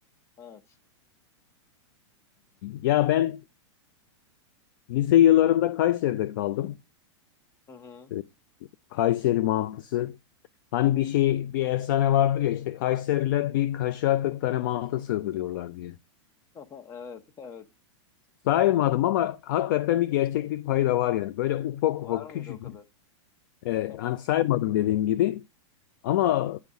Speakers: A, on the left (about 15°); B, on the left (about 40°).
A: Evet.
B: Ya ben lise yıllarında Kayseri'de kaldım.
A: Hı hı.
B: Ee, Kayseri mantısı. Hani bir şey bir efsane vardır ya işte Kayseriler bir kaşığa 40 tane mantı sığdırıyorlar diye.
A: <laughs> Evet, evet.
B: Saymadım ama hakikaten bir gerçeklik payı da var yani. Böyle ufak
A: Var
B: ufak
A: mıydı
B: küçük.
A: o kadar?
B: e,
A: <laughs>
B: hani saymadım dediğim gibi. Ama